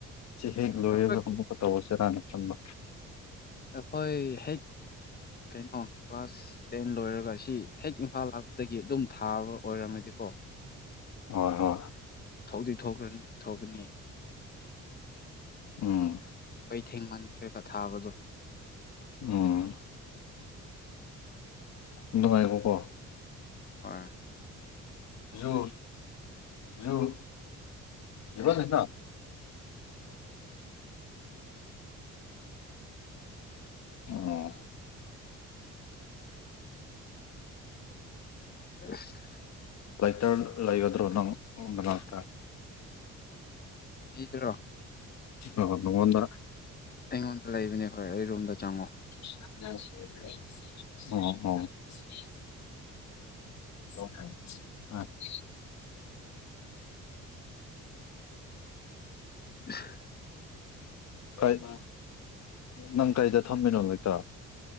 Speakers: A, on the left; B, on the left.
A: ꯁꯤ ꯍꯦꯛ ꯂꯣꯏꯔꯒ
B: ꯑꯩꯈꯣꯏ
A: ꯑꯃꯨꯛꯀ ꯇꯧꯔꯁꯤꯔꯥꯅ ꯈꯪꯕ
B: ꯑꯩꯈꯣꯏ ꯍꯦꯛ ꯀꯩꯅꯣ ꯀ꯭ꯂꯥꯁ ꯇꯦꯟ ꯂꯣꯏꯔꯒ ꯁꯤ ꯍꯦꯛ ꯏꯝꯐꯥꯜ ꯂꯥꯛꯄ ꯗꯒꯤ ꯑꯗꯨꯝ ꯊꯥꯕ ꯑꯣꯏꯔꯝꯃꯗꯤ ꯀꯣ
A: ꯍ ꯍ
B: ꯊꯧꯗꯣꯏꯈ꯭ꯔꯅꯤ ꯊꯣꯛꯒꯅꯤ
A: ꯎꯝ
B: ꯑꯩꯈꯣꯏ ꯊꯦꯡꯃꯟꯈ꯭ꯔꯦꯕ ꯊꯥꯕꯗꯣ
A: ꯎꯝ ꯅꯨꯡꯉꯥꯏꯀꯣꯀꯣ
B: ꯑ
A: ꯌꯨ ꯌꯨ ꯏꯕꯅꯤꯅ ꯎꯝ
B: ꯑꯁ
A: ꯂꯇꯔ ꯂꯩꯒꯗ꯭ꯔꯣ ꯅꯪ ꯃꯅꯥꯛꯇ
B: ꯕꯤꯗꯨꯔꯣ
A: ꯃꯉꯣꯡꯗ꯭ꯔ
B: ꯑꯩꯉꯣꯟꯗ ꯂꯩꯕꯅꯦ ꯍꯣꯏ ꯑꯩ ꯔꯨꯝꯗ ꯆꯪꯉꯣ
A: ꯑꯣ ꯑꯣ <unintelligible>
B: <unintelligible>
A: ꯑꯠ ꯅꯪ ꯀꯩꯗ ꯊꯝꯃꯤꯅꯣ ꯂꯩꯛꯇꯔ